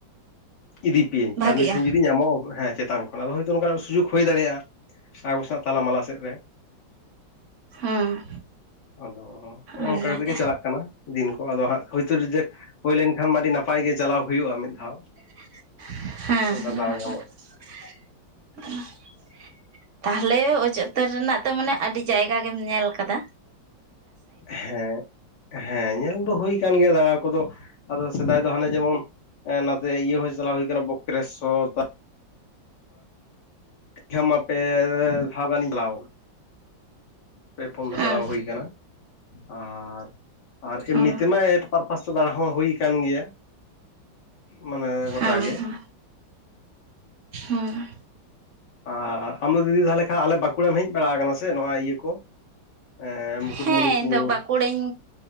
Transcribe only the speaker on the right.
ᱵᱷᱟᱜᱤᱜᱼᱟ
ᱦᱮᱸ
ᱚᱱᱟᱜᱮ
ᱦᱮᱸ
ᱛᱟᱦᱚᱞᱮ ᱚᱡ ᱩᱛᱟᱹᱨ ᱨᱮᱱᱟᱜ ᱫᱚ ᱢᱟᱱᱮ ᱟᱹᱰᱤ ᱡᱟᱭᱜᱟ ᱜᱮᱢ ᱧᱮᱞ ᱟᱠᱟᱫᱟ
ᱦᱮᱸ
ᱦᱮᱸ
ᱦᱮᱸ
ᱦᱮᱸ ᱦᱮᱸ
ᱦᱮᱸ ᱤᱧ ᱫᱚ ᱵᱟᱸᱠᱩᱲᱟᱧ